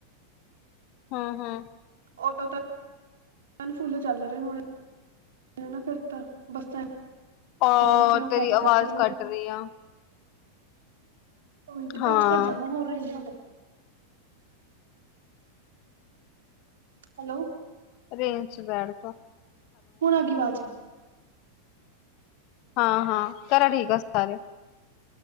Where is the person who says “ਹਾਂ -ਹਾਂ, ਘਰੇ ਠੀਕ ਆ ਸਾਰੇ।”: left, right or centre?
Left